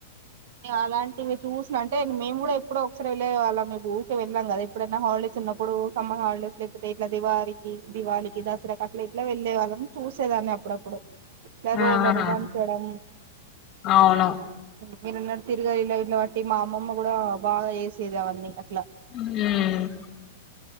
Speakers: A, on the right; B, on the left.
A: అలాంటివి చూసిన అంటే మేము కూడా ఎప్పుడో ఒకసారి వెళ్లే వాళ్ళం ఊకె వెళ్లం కదా ఎప్పుడైనా హాలిడేస్ చిన్నప్పుడు సమ్మర్ హాలిడేస్ లేకపోతే ఇట్లా దివారికి దివాళికి దసరాకి అట్ల ఇట్లా వెళ్లేే వాళ్ళం చూసేదాన్ అప్పుప్పుడు రోలరి
B: ఆహా
A: దంచడం
B: అవును
A: మీరున్న తిరగ ఇలా ఇలా బట్టి మా అమ్మమ్మ కూడా బాగా చేసేది అవన్నీ అట్లా
B: ఊ